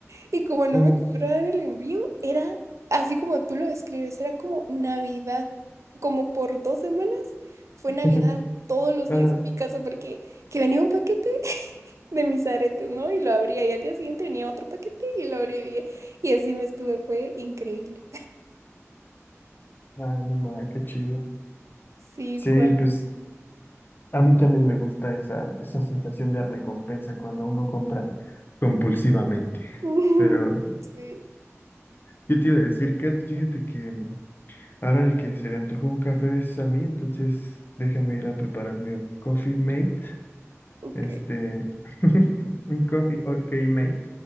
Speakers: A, on the right; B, on the left.
A: Y como no
B: Ah,
A: me cobraban el envío, era así como tú lo describes, era como Navidad. Como por dos semanas fue
B: <laughs>
A: Navidad todos los
B: ajá.
A: días en mi casa porque que venía un paquete <laughs> de mis aretes, ¿no? Y lo abría y al día siguiente venía otro paquete y lo abría y así me estuve, fue increíble.
B: Ah, no ma, qué chido.
A: Sí,
B: Sí,
A: Juan.
B: pues a mí también me gusta esa, esa sensación de recompensa cuando uno compra compulsivamente.
A: <laughs>
B: Pero
A: Sí,
B: yo te iba a decir, Kat, fíjate que mm, ahora el que se le antojó un café es a mí, entonces déjame ir a prepararme un Coffee Mate
A: ok.
B: Este, <laughs> un coffee, ok, mate.